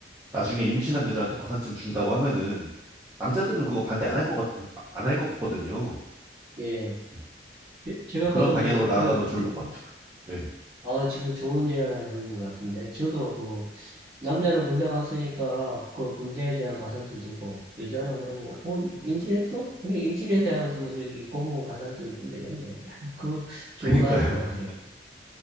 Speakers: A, on the right; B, on the right.
A: 나중에 임신한 여자한테 가산점 준다고 하면은 남자들은 그거 반대 안 할 것 같, 안 할 것 같거든요.
B: 예.
A: 음.
B: 제- 제가
A: 뭐 그런
B: 봐서
A: 방향으로
B: 그래요.
A: 나아가면
B: 그래,
A: 좋을
B: 음,
A: 것 같아요. 네.
B: 아, 지금 좋은 제안을 해것 같은데. 저도 그, 남자는 군대 갔으니까 그 군대에 대한 가산점 주고, 여자는 그럼 뭐, 어, 임신했어? 우리 임신에 대한 그거 저기 공무원 가산점 주면 되겠네. <laughs> 그 좋은
A: 그러니까요.
B: 아이디어 같아요.
A: <laughs>